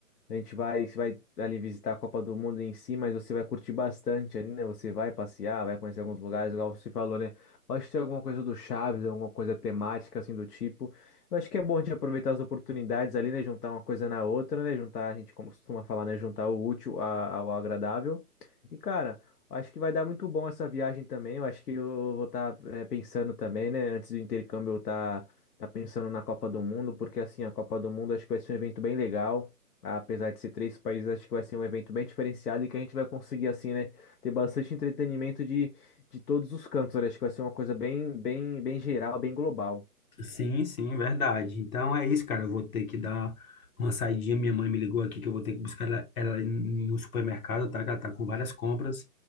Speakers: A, on the left; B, on the left.
A: A gente vai, você vai ali visitar a Copa do Mundo em si, mas você vai curtir bastante ali, né? Você vai passear, vai conhecer alguns lugares, igual você falou, né? Pode ter alguma coisa do Chaves, alguma coisa temática, assim, do tipo. Eu acho que é bom de aproveitar as oportunidades ali, né? Juntar uma coisa na outra, né? Juntar, a gente como costuma falar, né? Juntar o útil a- ao agradável. E, cara. Acho que vai dar muito bom essa viagem também. Eu acho que eu vou estar pensando também, né? Antes do intercâmbio, eu estar pensando na Copa do Mundo, porque assim, a Copa do Mundo acho que vai ser um evento bem legal. Apesar de ser três países, acho que vai ser um evento bem diferenciado e que a gente vai conseguir, assim, né? Ter bastante entretenimento de, de todos os cantos. Olha, acho que vai ser uma coisa bem, bem, bem geral, bem global.
B: Sim, sim, verdade. Então é isso, cara. Eu vou ter que dar uma saidinha. Minha mãe me ligou aqui que eu vou ter que buscar ela, ela no supermercado, tá? Que ela tá com várias compras.